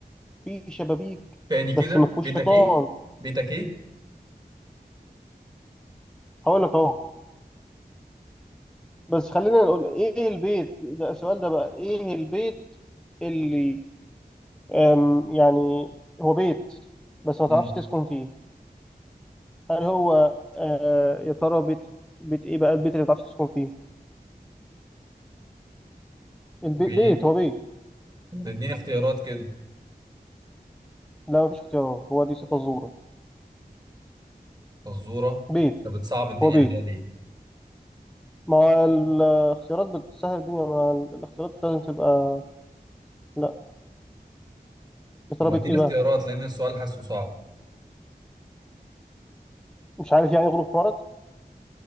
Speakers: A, in the centre; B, on the right.
A: فيه شبابيك
B: تاني
A: بس
B: كده
A: ما فيهوش
B: بيتك
A: حيطان
B: إيه؟ بيتك إيه؟
A: هقول لك اهو بس خلينا نقول ايه البيت ده السؤال ده بقى ايه البيت اللي أم، يعني هو بيت بس ما
B: مم.
A: تعرفش تسكن فيه هل هو آه، يا ترى بيت بيت ايه بقى البيت اللي ما تعرفش تسكن فيه البيت
B: بيت
A: بيت هو بيت
B: تديني اختيارات كده
A: لا ما فيش اختيارات هو دي صفة الزورة
B: فزورة
A: بيت
B: أنت بتصعب الدنيا
A: هو بيت
B: عليا ليه؟
A: ما هو الاختيارات بتسهل الدنيا ما الاختيارات لازم تبقى لا يا ترى
B: ما هو
A: بيت
B: اديني
A: ايه بقى
B: اختيارات لأن السؤال حاسه صعب
A: مش عارف يعني غلوب حمارك